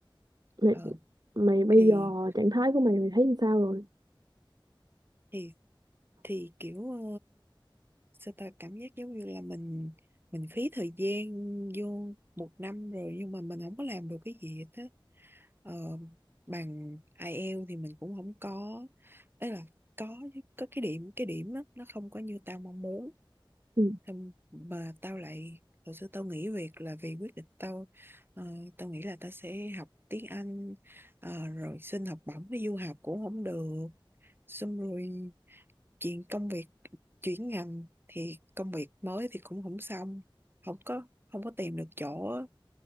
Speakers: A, on the right (about 50°); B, on the right (about 25°).
A: mày,
B: ờ
A: mày bây
B: thì
A: giờ trạng thái của mày mày thấy như sao rồi
B: thì thì kiểu ờ, sao ta cảm giác giống như là mình mình phí thời gian vô một năm rồi nhưng mà mình không có làm được cái gì hết á Ờ, bằng IELTS thì mình cũng không có ấy là có chứ, có cái điểm cái điểm đó, nó không có như tao mong muốn
A: ừ.
B: Xong mà tao lại hồi xưa tao nghỉ việc là vì quyết định tao ờ, tao nghĩ là tao sẽ học tiếng Anh ờ, rồi xin học bổng đi du học cũng không được xong rồi chuyện công việc chuyển ngành thì công việc mới thì cũng không xong không có không có tìm được chỗ á